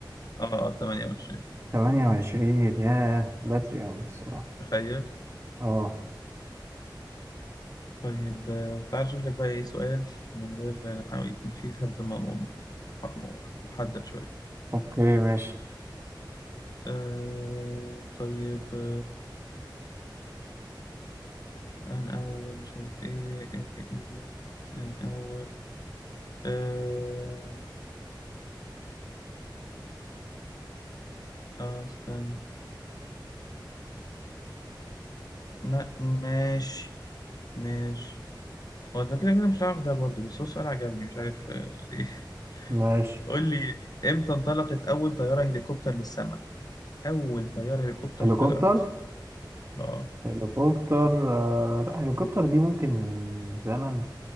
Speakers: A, on the left (about 50°); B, on the right (about 35°).
A: اه 28
B: تمانية وعشرين ياه بدري أوي الصراحة
A: تخيل
B: اه
A: طيب آه، تعال أشوف لك بقى إيه سؤال من غير نحاول يكون فيه هبد م- م- م- محدد شوية
B: اوكي ماشي
A: أه طيب آه، أنا أول شايف إيه إيه إيه أنا أول أه آه، استنى ما ماشي ماشي هو ده كده كده مش عارف ده برضه بس هو سؤال عجبني مش عارف آه، ليه
B: ماشي
A: <laughs> قول لي إمتى انطلقت أول طيارة هليكوبتر للسماء؟ أول طيارة هليكوبتر
B: هليكوبتر
A: طلعت آه.
B: هليكوبتر آه لا هليكوبتر دي ممكن من زمن